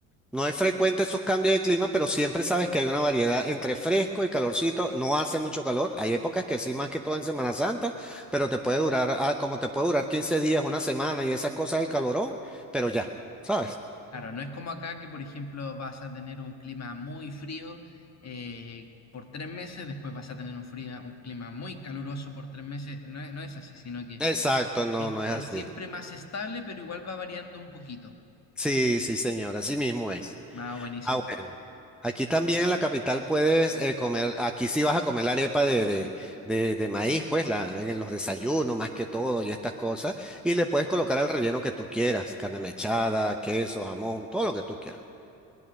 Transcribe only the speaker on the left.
Claro, no es como acá que, por ejemplo, vas a tener un clima muy frío eh, por tres meses, después vas a tener un fría un clima muy caluroso por tres meses. No es, no es así, sino que
Es,
es siempre más estable, pero igual va variando un poquito.
Ah, buenísimo.